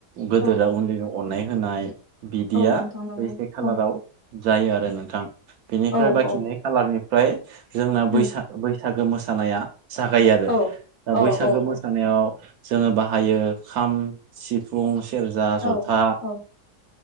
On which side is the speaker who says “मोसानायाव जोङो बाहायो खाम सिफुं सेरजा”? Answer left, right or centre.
Right